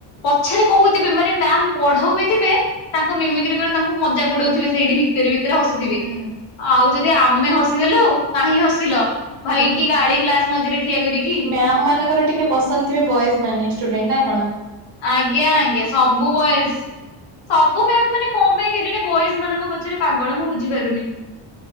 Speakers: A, on the left; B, on the right.
A: ପଛରେ କହୁଥିବେ ମାନେ ମ୍ୟାାମ ପଢଉବି ଥିବେ ତାଙ୍କ ମମିକ୍ରି କରି ତାଙ୍କୁ ମ ମଜାକ ଉଡଉଥିବେ ସେଇଠି। ଭିତରେ
B: ହୁଁ
A: ଭିତରେ ହସିଥିବେ
B: ହୁଁ
A: ଆଉ ଯଦି ଆମେ ହସିଦେଲୁ କାହିଁ ହସିଲ।
B: ହୁଁ।
A: ଭାଇ କି ଗାଳି କ୍ଲାସ ମଝିରେ ଠିଆ କରିକି
B: ମ୍ୟାମ ମାନଙ୍କର ଟିକେ ପସନ୍ଦ ଥିବେ ବଏଜ ମାନେ ଷ୍ଟୁଡେଣ୍ଟ ନା କଣ।
A: ଆଜ୍ଞା ଆଜ୍ଞା ସବୁ ବୟଜ ସବୁ ମ୍ୟାମ ମାନେ କଣ ପାଇଁ କେଜାଣି ବଏଜ ମାନଙ୍କ ପଛରେ ପାଗଳ ମୁଁ ବୁଝି ପାରୁନି।